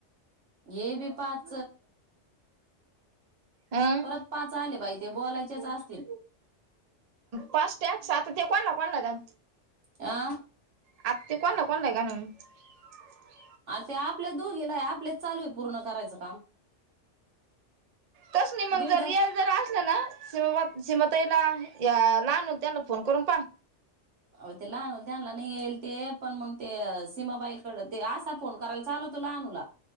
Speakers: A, on the right; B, on the right.
A: ये भी पाच
B: हं
A: परत पाच आले बाई ते बोलायचेच असतील.
B: पाच टॅक आता त्या कोणला कोणला घाल
A: आं
B: आता ते कोणला कोणला ग <unintelligible>
A: ते आपल्या दोघीला आपलेच चालू ये पूर्ण करायच काम
B: तस नाय मंग
A: देवीदास
B: जर यळ जर असला ना? <unintelligible> सीमताईला या लहाणु त्यांना फोन करून पा
A: आव ते लहान होय त्यांना न्हेलते अ पण मग ते सीमाबाईकड ते असा फोन करायला चालतो लहानूला